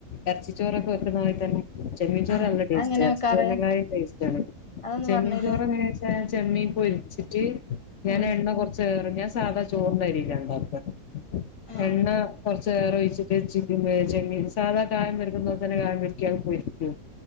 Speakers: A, on the left; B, on the left.
A: എർച്ചിച്ചോറൊക്കെ വെക്കണാരി തന്നെ ചെമ്മീൻ ചോറ്
B: ആഹ്
A: നല്ല ടേസ്റ്റാ
B: അതെങ്ങനെ
A: എർച്ചീ
B: വെക്കാറ്
A: ചോറിനേക്കാളിം ക ടേസ്റ്റാണ്.
B: അതൊന്ന്
A: ചെമ്മീൻ
B: പറഞ്ഞു തരോ
A: ചോറെങ്ങനെ <unintelligible> ചെമ്മീൻ പൊരിച്ച്ട്ട് ഞാൻ
B: ഉം
A: എണ്ണ കൊർച്ചേറും ഞാൻ സാധാ ച് ചോറ്ൻ്റരീലാ ണ്ടക്ക
B: ഉം
A: എണ്ണ കൊ ർച്ചേറൊഴ്ച്ചിട്ട് ചിക്കൻ ഏഹ് ചെങ്ങീൻ സാധാ കായം വരക്കുന്ന പോൽ തന്നെ കായം വെര്റ്റി അത് പൊരിക്കും.